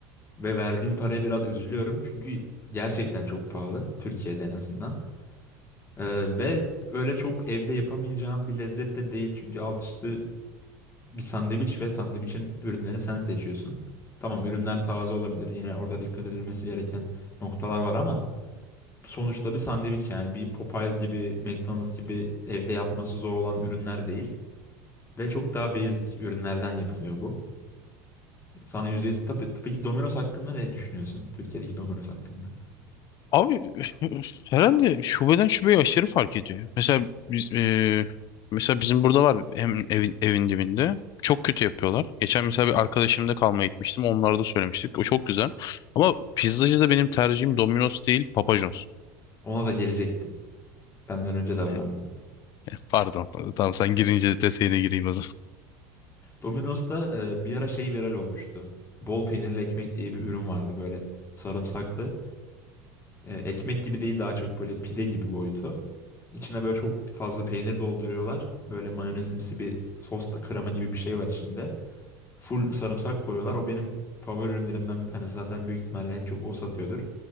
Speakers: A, on the left; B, on the left.
A: Ve verdiğim paraya biraz üzülüyorum çünkü gerçekten çok pahalı Türkiye'de en azından. Ee, ve öyle çok evde yapamayacağın bir lezzet de değil çünkü alt üstü bir sandviç ve sandviçin ürünleri sen seçiyorsun. Tamam ürünler taze olabilir yine orada dikkat edilmesi gereken noktalar var ama sonuçta bir sandviç yani bir Popeyes gibi McDonald's gibi evde yapması zor olan ürünler değil. Ve çok daha basic ürünlerden yapılıyor bu. Sana %100 tabii, tabii ki Domino's hakkında ne düşünüyorsun? Türkiye'deki Domino's hakkında.
B: Abi <laughs> herhalde şubeden şubeye aşırı fark ediyor. Mesela biz e, mesela bizim burada var hem evin, evin dibinde. Çok kötü yapıyorlar. Geçen mesela bir arkadaşımda kalmaya gitmiştim. Onlara da söylemiştik. O çok güzel. Ama pizzacı da benim tercihim Domino's değil, Papa John's.
A: Ona da gelecektim. Benden önce davrandın.
B: E, <laughs> Pardon. Tamam sen girince detayına gireyim o
A: Domino's'ta e, bir ara şey viral olmuştu. Bol peynirli ekmek diye bir ürün vardı böyle sarımsaklı. E, ekmek gibi değil daha çok böyle pide gibi boyutu. İçine böyle çok fazla peynir dolduruyorlar. Böyle mayonezimsi bir sos da krema gibi bir şey var içinde. Full sarımsak koyuyorlar. O benim favori ürünlerimden bir tanesi. Zaten büyük ihtimalle en çok o satıyordur.